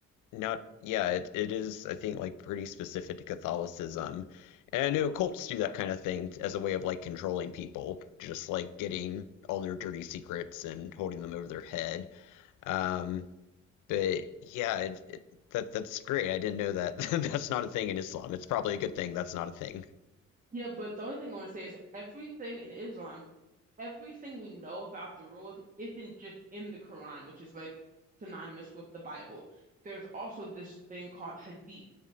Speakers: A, on the left (about 85°); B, on the right (about 25°).
A: not, yeah, it, it is, I think, like pretty specific to Catholicism. And I know cults do that kind of thing as a way of like controlling people, just like getting all their dirty secrets and holding them over their head. Um, but yeah, it, it, that that's great. I didn't know that. <laughs> that's not a thing in Islam. It's probably a good thing that's not a thing.
B: Yeah, but the only thing I want to say is everything in Islam everything we know about the rules isn't just in the Quran, which is like synonymous with the Bible. There's also this thing called hadith,